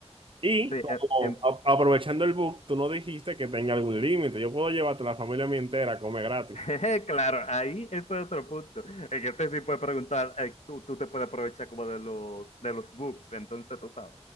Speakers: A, on the right; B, on the left.
A: Y
B: sí,
A: como
B: em- em-
A: a- aprovechando el book, tú no dijiste que tenga algún límite. Yo puedo llevarte la familia mía entera a comer gratis.
B: <laughs> Claro, ahí eso es otro punto. En que este sí puede preguntar, eh, tú, tú te puedes aprovechar como de los, de los books, entonces tú sabes.